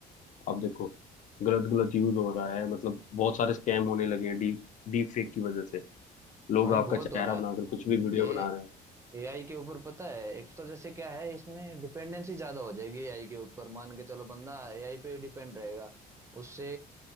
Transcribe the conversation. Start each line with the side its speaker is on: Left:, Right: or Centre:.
Left: अब देखो गलत गलत यूज हो रहा है मतलब बहुत सारे स्कैम होने लगे हैं डीप डीप फेक की वजह से लोग
Right: भाई
Left: आपका
Right: बहुत
Left: चेहरा
Right: हो रहा है
Left: बनाकर कुछ भी वीडियो
Right: ए
Left: बना रहे हैं
Right: एआई के ऊपर पता है एक तो जैसे क्या है इसमें डिपेंडेंसी ज्यादा हो जाएगी एआई के ऊपर मान के चलो बंदा एआई पे डिपेंड रहेगा उससे